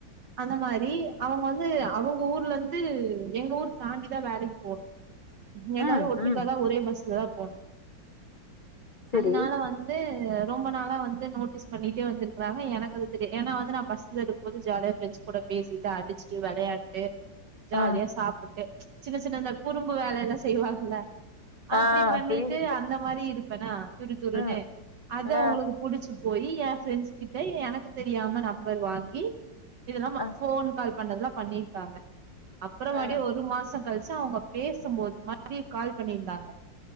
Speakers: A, on the right; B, on the left.
A: அந்த மாரி அவங்க வந்து அவங்க ஊர்ல இருந்து எங்க ஊர் தாண்டிதான் வேலைக்கு போனும் எல்லாரும்
B: ம்
A: ஒட்டுக்காதான்
B: ம்
A: ஒரே பஸ்ல தான் போனு
B: செரி
A: அதனால வந்து ரொம்ப நாளா வந்து நோட்டீஸ் பண்ணிட் டே வந்துருக்கறாங்க எனக்கு அது தெரியா ஏன்னா வந்து நான் பஸ்ல இருக்கும் போது ஜாலியா ப்ரெண்ட்ஸ் கூட பேசிட்டு அடிச்சுட்டு விளையாண்ட்டு ஜாலியா
B: ஆ
A: சாப்புட்டு சின்ன சின்ன இந்த குறும்பு வேலைலாம் செய்வாங்கல அப்படி
B: ஆ
A: பண்ணிட்டு
B: புரியுது
A: அந்த மாதிரி இருப் பண்ணா துரு துருன்னே
B: ம்
A: அது
B: ஆ
A: அவங்களுக்கு புடிச்சு போயி ஏ ப்ரெண்ட்ஸ் கிட்ட எனக்கு தெரியாம நம்பர் வாங்கி இதுல்லாம
B: ஆ
A: ஃபோன் கால் பண்ணதுல்லாம் பண்ணிருக்காங்க அப்புற
B: ம்
A: மடியே ஒரு மாசம் களிச்சுஅவங்க பேசும்போது மறுபடியுகால் பண்ணியிருந்தாங்க